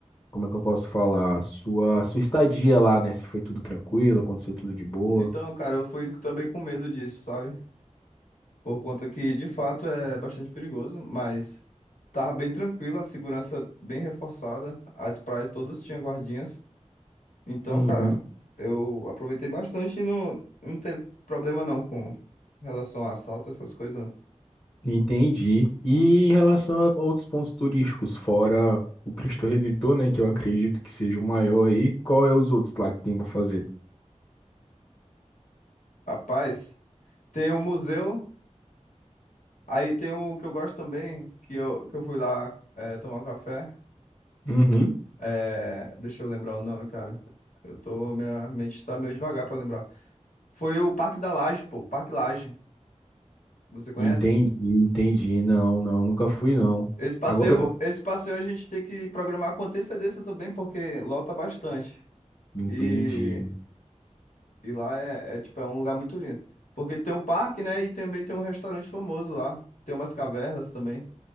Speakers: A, on the left (about 35°); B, on the left (about 80°).
A: como é que eu posso falar? Sua, sua estadia lá, né? Se foi tudo tranquilo, aconteceu tudo de boa.
B: Então, cara, eu fui também com medo disso, sabe? Por conta que, de fato, é bastante perigoso, mas tava bem tranquilo, a segurança bem reforçada, as praias todas tinham guardinhas. Então,
A: Uhum.
B: cara, eu aproveitei bastante e não, não teve problema não com relação a assalto, essas coisas. não.
A: Entendi. E em relação a outros pontos turísticos, fora o Cristo Redentor, né, que eu acredito que seja o maior aí, qual é os outros lá que tem para fazer?
B: Rapaz, tem o museu, aí tem o que eu gosto também, que eu, que eu fui lá é, tomar um café.
A: Uhum.
B: É, deixa eu lembrar o nome, cara. Eu tô, minha mente tá meio devagar pra lembrar. Foi o Parque da Laje, pô, Parque Laje. Você conhece?
A: Entendi, entendi. Não, não, nunca fui não.
B: Esse passeio,
A: Agora eu vou...
B: esse passeio a gente tem que programar com antecedência também, porque lota bastante.
A: Entendi.
B: E, e lá é, é, tipo, é um lugar muito lindo. Porque tem um parque, né? E também tem um restaurante famoso lá. Tem umas cavernas também.